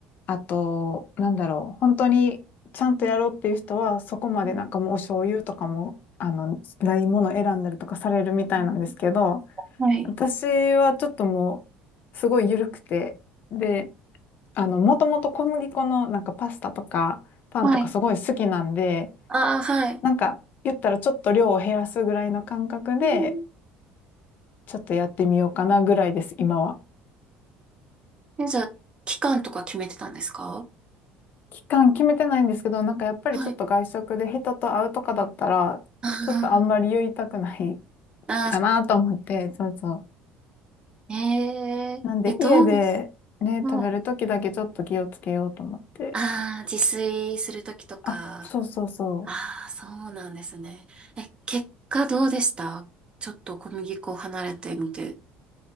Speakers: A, on the left (about 50°); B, on the right (about 25°).
A: あと、なんだろう、本当にちゃんとやろうっていう人は、
B: は
A: そこまでなんかもうお醤油とかも、
B: い。
A: あの、ないものを選んだりとかされるみたいなんですけど、
B: うんはい
A: 私はちょっともう、すごい緩くて、で、あの、もともと小麦粉のなんかパスタとか、パンとかすごい好きなんで、
B: はい。ああ、はい。
A: なんか言ったらちょっと量を減らすぐらいの感覚で
B: うん
A: ちょっとやってみようかなぐらいです今は。
B: え、じゃあ、期間とか決めてたんですか
A: 期間決めてないんですけどなんかやっぱりちょっと外食で人と会うとかだったらちょっとあんまり言いたくない
B: はい。あーあ
A: かなと思ってそうそう。
B: ー、えええ、
A: なんで家でね食べる時だけちょっと気をつけようと思って。
B: どうですはい。ああ、自炊するときとか。
A: あそうそうそう。
B: ああ、そうなんですね。え、結果どうでしたちょっと小麦粉を離れてみて。